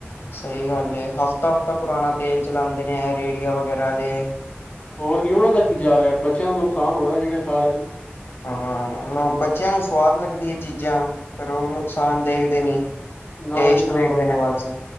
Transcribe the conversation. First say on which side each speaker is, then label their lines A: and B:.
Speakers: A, on the left (about 65°); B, on the left (about 35°).
A: ਸਈ ਗਾੱਲ ਏ, ਹਫ਼ਤਾ, ਹਫਤਾ ਪੁਰਾਣਾ ਤੇਲ ਚਲਾਂਦੇ ਨੇ ਐ ਰੇੜੀਆ ਵਗੈਰਾ ਵਾਲੇ।
B: ਹੋਰ ਕੀ ਓਨਾਂ ਦਾ ਕੀ ਜਾ ਰੇਆ, ਬੱਚੇਆਂ ਦਾ ਨੁਕਸਾਨ ਹੋ ਰੇਆ ਜੇੜੇ ਖਾ ਰੇਨ।
A: ਹਾਂ, ਹਾਂ ਲੋਕ ਬੱਚੇਆਂ ਨੂੰ ਸਵਾਦ ਲੱਗਦੀ ਏ ਚੀਜਾਂ, ਫੇਰ ਓ ਨੁਕਸਾਨ ਦੇਖਦੇ ਨੀ।
B: ਨਾ
A: ਟੇਸਟ
B: ਜੀ ਨਾ,
A: ਵੇਖਦੇ ਨੇ ਬਸ